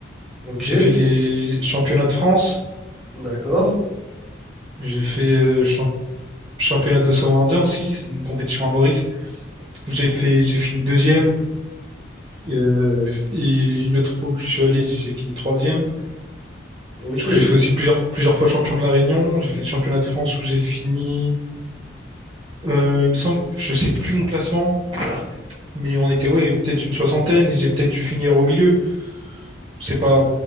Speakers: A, in the centre; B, on the right (about 25°).
A: Ok,
B: J'ai fait les championnats de France.
A: d'accord.
B: J'ai fait euh, champ- championnat d'océan Indien aussi. C'est une compétition à Maurice. J'ai fait, j'ai fini deuxième. euh, et une autre fois où je suis allé, j'ai fini troisième.
A: Ok,
B: Du coup, j'ai fait aussi plusieurs, plusieurs fois champion de La Réunion. J'ai fait les championnats de France où j'ai fini, euh, il me semble, je sais plus mon classement, mais on était, ouais, peut-être une soixantaine et j'ai peut-être dû finir au milieu. C'est pas,